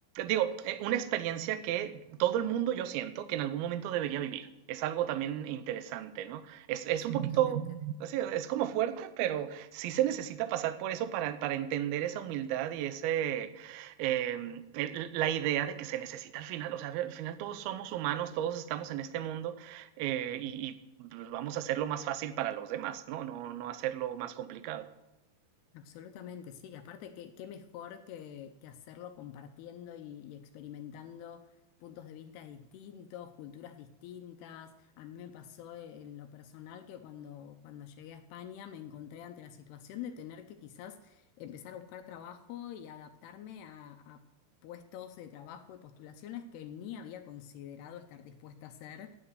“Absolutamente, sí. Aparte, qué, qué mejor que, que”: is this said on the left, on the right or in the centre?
Left